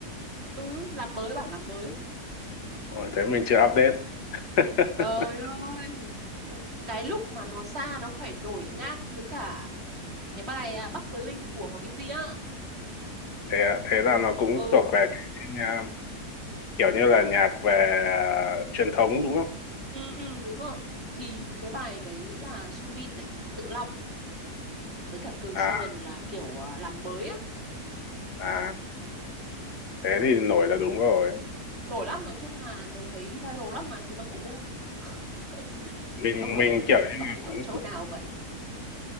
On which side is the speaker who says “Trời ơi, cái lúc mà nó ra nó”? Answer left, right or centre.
Right